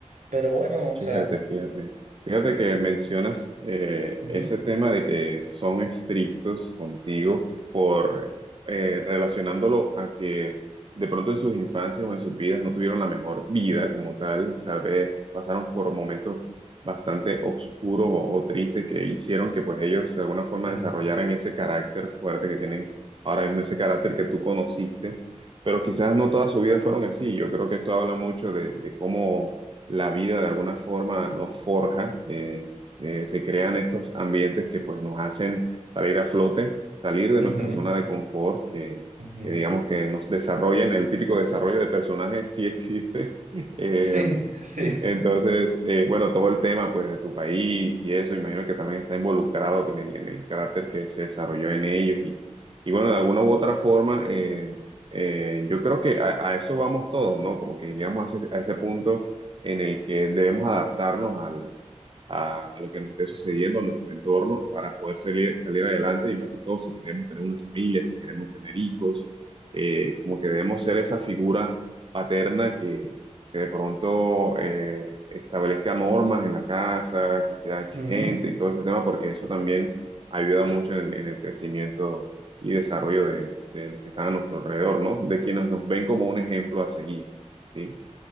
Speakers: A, on the right; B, on the right.
A: Pero bueno, o
B: Fíjate,
A: sea,
B: fíjate. Fíjate que mencionas eh,
A: ujú,
B: ese tema de que son estrictos contigo por eh, relacionándolo a que de pronto en sus infancias o en sus vidas no tuvieron la mejor vida como tal. Tal vez pasaron por momentos bastante oscuros o, o tristes que hicieron que pues ellos de alguna forma
A: Sí.
B: desarrollaran ese carácter fuerte que tienen ahora mismo, ese carácter que tú conociste. Pero quizás no toda su vida fueron así. Yo creo que esto habla mucho de de cómo la vida de alguna forma nos forja, eh, eh, se crean estos ambientes que pues nos hacen salir a flote, salir de
A: ujú,
B: nuestra zona de confort, que,
A: ujú,
B: que digamos que nos desarrollan, el típico desarrollo de personajes sí existe. <laughs> Eh,
A: Sí, sí.
B: entonces, eh, bueno, todo el tema pues de tu país y eso, imagino que también está involucrado en el, en el carácter que se desarrolló en ellos y, y bueno, de alguna u otra forma... eh, eh, yo creo que a, a eso vamos todos, ¿no? Como que llegamos a ese, a ese punto en el que debemos adaptarnos al, a, a lo que nos esté sucediendo, a nuestro entorno, para poder salir, salir adelante y más que todo si queremos tener una familia, si queremos tener hijos, eh, como que debemos ser esa figura paterna que, que de pronto eh, establezca normas en la casa, que sea exigente
A: ujú.
B: y todo ese tema, porque eso también ayuda mucho en el, en el crecimiento y desarrollo de, de los que están a nuestro alrededor, ¿no? De quienes nos ven como un ejemplo a seguir, ¿sí?